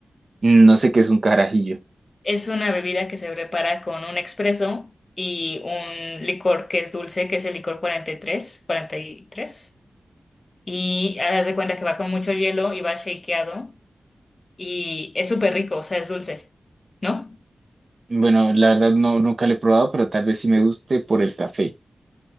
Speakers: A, on the right; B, on the left.
A: Mm, No sé qué es un carajillo.
B: Es una bebida que se prepara con un expreso y un licor que es dulce, que es el licor 43, 43. Y tres. Y haz de cuenta que va con mucho hielo y va shakeado y es súper rico, o sea, es dulce, ¿no?
A: Bueno, la verdad no, nunca lo he probado, pero tal vez sí me guste por el café.